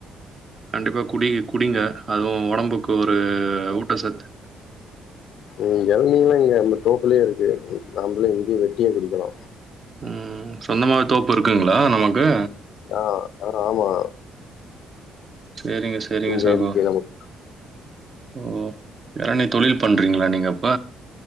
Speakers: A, on the right; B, on the left.
A: கண்டிப்பா குடி குடிங்க அதுவும் ஒடம்புக்கு ஒரு ஊட்டசத்து
B: இங்க இளநீல்லா இங்கே நம்ம தோப்புலயே இருக்கு நம்மளே இங்கே வெட்டியே குடிக்கலா
A: ம் சொந்தமாவே தோப்பு இருக்குங்களா நமக்கு
B: ஆ ஆமா
A: சேரிங்க சேரிங்க
B: இங்க
A: சகோ
B: இருக்கு நமக்கு.
A: ம் இளநீ தொழில் பண்ணறீங்களா நீங்க அப்ப